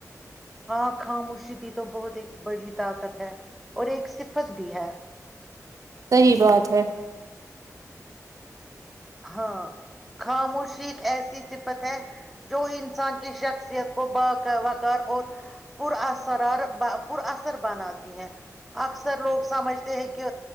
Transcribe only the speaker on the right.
صحی بات ہے